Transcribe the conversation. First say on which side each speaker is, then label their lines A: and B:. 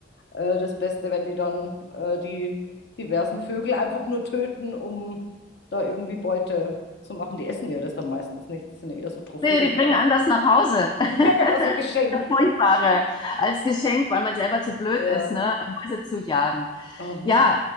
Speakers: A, on the left; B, on the left.
A: äh, das Beste, wenn die dann äh, die diversen Vögel einfach nur töten, um da irgendwie Beute zu machen. Die essen ja das dann meistens nicht. Das sind ja eher so Trophäen
B: Nee, die bringen
A: dann.
B: anders
A: <laughs>
B: nach Hause. <laughs>
A: Ja, genau, so Geschenk.
B: Furchtbare als Geschenk, weil man selber zu blöd
A: Ja.
B: ist, ne, Mäuse zu jagen.
A: Mhm.
B: Ja,